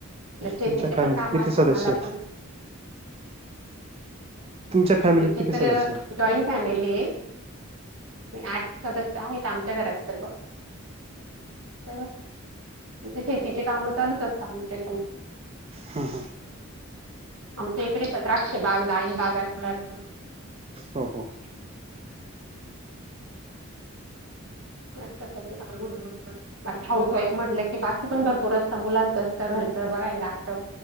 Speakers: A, on the right (about 80°); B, on the right (about 30°).
A: शेतीचे
B: तुमच्या फॅमिलीत
A: पण काम
B: किती
A: असतं
B: सदस्य
A: मला
B: आहे
A: पण -.
B: तुमच्या फॅमिलीत
A: आमची
B: किती
A: तरं,
B: सदस्य आहे
A: जॉईंट फॅमिली आहे, आठ सदस्य आहेत आमच्या घरात सर्व,,, तर म्हणजे शेतीचे कामं चालूच असतात आमचे पण
B: हां हां.
A: आमच्या इकडे पण द्राक्ष बाग डाळिंब बागच रायते
B: हो हो
A: <unintelligible> अच्छा हाऊस वाईफ म्हटलं की बाकी पण भरपूर असतं,,, मुलांचं असतं, घरचं बघायला लागतं.